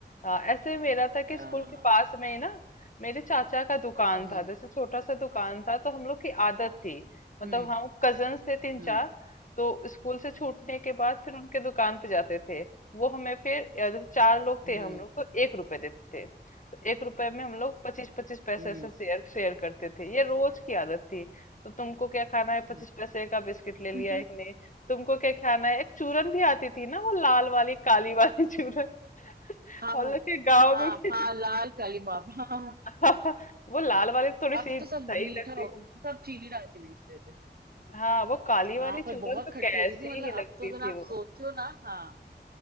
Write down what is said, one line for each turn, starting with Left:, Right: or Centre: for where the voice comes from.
Left: हाँ ऐसे ही मेरा था कि
Right: हाँ
Left: स्कूल के पास में ही ना मेरे चाचा का दुकान
Right: हम्म
Left: था जैसे छोटा सा दुकान था तो हम लोग की आदत थी मतलब
Right: हम्म
Left: हम कजन्स थे तीन
Right: हम्म
Left: चार तो स्कूल से छूटने के बाद फिर उनके दुकान पे जाते थे वो हमें फिर अ, जैसे चार लोग
Right: हम्म
Left: थे हम लोग तो एक रुपए देते थे तो एक रुपए में हम लोग पच्चीस पच्चीस पैसे
Right: हम्म
Left: ऐसे शेयर शेयर करते थे ये रोज की आदत थी तो तुमको क्या खाना है
Right: हम्म।
Left: पच्चीस पैसे का बिस्किट ले लिया
Right: <laughs>
Left: एक ने तुमको क्या खाना है एक चूरन भी आती थी ना वो लाल वाली काली वाली <laughs> चूरन
Right: हाँ
Left: हम लोग के गांव
Right: हाँ
Left: में भी
Right: हाँ लाल काली माप हाँ
Left: <laughs> वो लाल वाली तो थोड़ी
Right: अब
Left: सी
Right: तो सब
Left: सही
Right: मीठा
Left: लगती
Right: हो
Left: है
Right: सब चीनी डाल के बेचते थे
Left: हाँ वो काली वाली
Right: हाँ
Left: चूरन
Right: पर बहुत
Left: तो
Right: खट्टी
Left: कैसी
Right: होती थी मतलब
Left: ही
Right: अब
Left: लगती
Right: तो अगर
Left: थी
Right: आप
Left: वो
Right: सोचो ना हाँ